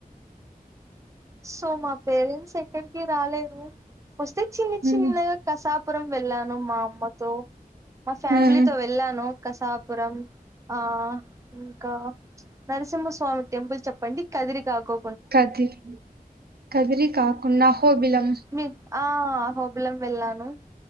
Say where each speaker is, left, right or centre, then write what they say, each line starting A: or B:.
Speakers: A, on the right (about 20°); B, on the right (about 80°).
A: సో మా పేరెంట్స్ ఎక్కడికి రాలేరు వస్తే చిన్న చిన్నగా
B: ఉమ్
A: కసా పురం వెళ్ళాను మా అమ్మతో మా ఫ్యామిలీతో
B: ఉమ్
A: వెళ్ళాను కసాపురం ఆ ఇంకా నరసింహస్వామి టెంపుల్ చెప్పండి కదిరి కకో
B: కదిరి కదిరి కాకుండా ఆహోబిలం
A: మీ ఆ అహోబిలం వెళ్ళాను